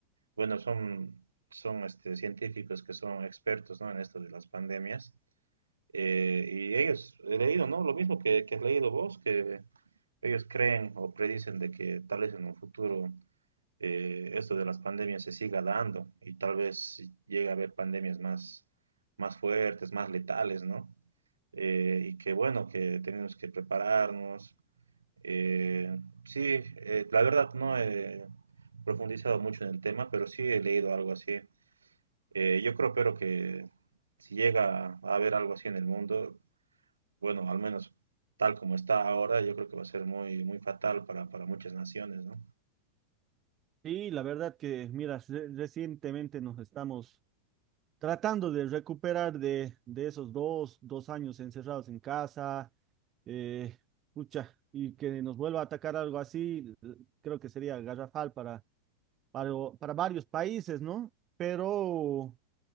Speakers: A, on the right; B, on the right.
A: bueno, son, son este, científicos que son expertos, ¿no? en esto de las pandemias. Eh, y ellos, he leído, ¿no? Lo mismo que, que has leído vos, que ellos creen o predicen de que tal vez en un futuro eh, esto de las pandemias se siga dando y tal vez llegue a haber pandemias más, más fuertes, más letales, ¿no? Eh, y que bueno, que tenemos que prepararnos. Eh, sí, eh, la verdad no he profundizado mucho en el tema, pero sí he leído algo así. Eh, yo creo, pero que si llega a haber algo así en el mundo, bueno, al menos tal como está ahora, yo creo que va a ser muy, muy fatal para, para muchas naciones, ¿no?
B: Sí, la verdad que, mira, re- recientemente nos estamos tratando de recuperar de, de esos dos, dos años encerrados en casa, eh, pucha, y que nos vuelva a atacar algo así, eh, creo que sería garrafal para, para, para varios países, ¿no? Pero